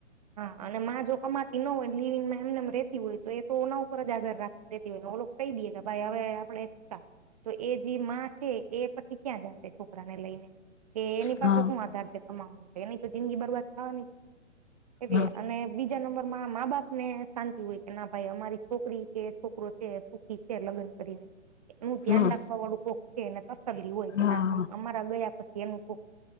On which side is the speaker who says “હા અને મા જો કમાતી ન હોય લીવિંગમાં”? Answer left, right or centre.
Right